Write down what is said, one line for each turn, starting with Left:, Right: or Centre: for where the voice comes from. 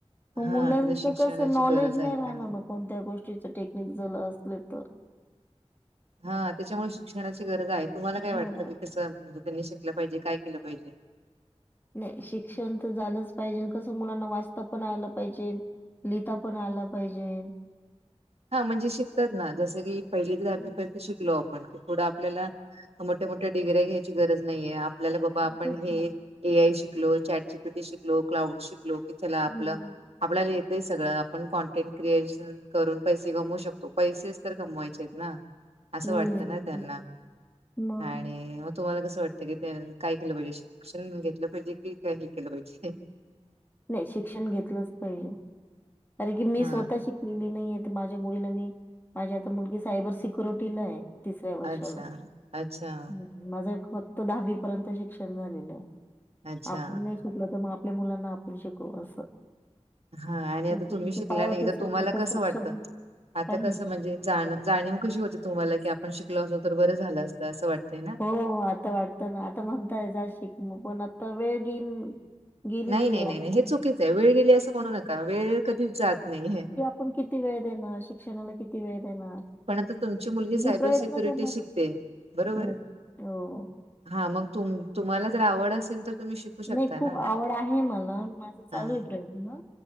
Left: मग
Right: हा
Left: मुलांच
Right: त्याला शिक्षणाची
Left: कसं नॉलेज
Right: गरज
Left: नाही
Right: आहे
Left: राहणार
Right: का
Left: मग कोणत्या गोष्टीच टेक्निक जर असले तर.
Right: हा त्याच्यामुळे शिक्षणाची गरज आहे तुम्हाला काय वाटतं
Left: हा
Right: की कसं म्हणजे त्यांनी शिकलं पाहिजे काय केलं पाहिजे
Left: नाही शिक्षण तर झालंच पाहिजे कसं मुलांना वाचता पण आलं पाहिजे लिहीता पण आला पाहिजे
Right: हा म्हणजे शिकतात ना जसं की पहिली ते दहावी
Left: हम्म
Right: पर्यंत शिक शिकलो आपण पुढ आपल्याला मोठे मोठ्या डिग्र्या घ्यायची गरज नाहीे आहे आपल्याला बाबा आपण
Left: तेच
Right: हे
Left: ना.
Right: ए आय शिकलो चॅटजी पिटी शिकलो क्लाउड शिकलो लो की चला आपलं
Left: हम्म
Right: आपल्याला येतय सगळं आपण कॉनटेंट क्रिएशन करून पैसे कमवू शकतो पैसेच तर कमवायचेत ना असं
Left: हं,
Right: वाटतं ना
Left: तेच
Right: त्यांना
Left: मग
Right: आणि मग तुम्हाला कसं वाटतं की काय केलं पाहिजे शिक्षण घेतलं पाहिजे कि काय हे केलं पाहिजे
Left: नाही शिक्षण घेतलंच पाहिजे कारण की मी
Right: हा
Left: स्वतः शिक कली नाहीय तर माझ्या मुलीला मी माझी आता मुलगी सायबर सिक्युरिटीला आहे तिसऱ्या वर्षाला
Right: अच्छा
Left: हम
Right: अच्छा
Left: माझं एक फक्त दहावी पर्यंत शिक्षण झालेलं
Right: अच्छा
Left: आपण नाही शिक आपलं तर मग आपल्या मुलांना आपण शिकवू असं
Right: हा आणि
Left: त्यांच्या
Right: आता तुम्ही
Left: त्यांच्या
Right: शिकला
Left: पायावर
Right: नाही
Left: ते
Right: तर
Left: स्वतः
Right: तुम्हाला कसं
Left: सक्षम
Right: वाटतं आता
Left: काय म्हणतात
Right: कसं म्हणजे जाण जाणीव कशी होते तुम्हाला की आपण शिकलो असो तर बरं झालं असतं असं वाटतंय ना
Left: हो आता वाटतं ना आता म्हणताय जा शिक म पण आता वेळ गेली गेलेली
Right: नाही नाही
Left: आहे.
Right: नाही
Left: आपण
Right: नाही हे चुकीच आहे वेळ गेली असं म्हणू नका वेळ कधीच जात नाही ह.
Left: पण किती वेळ देणार शिक्षणाला किती वेळ देणार.
Right: पण आता तुमची मुलगी
Left: मी
Right: सायबर
Left: प्रयत्न
Right: सिक्युरिटी
Left: करणार.
Right: शिकते बरोबर
Left: हम्म हो.
Right: हा मग तुम् तुम्हाला जर आवड असेल तर तुम्ही शिकू शकता
Left: नाही खूप
Right: ना
Left: आवड आहे मला माझे चालू
Right: हा
Left: आहे प्रयत्न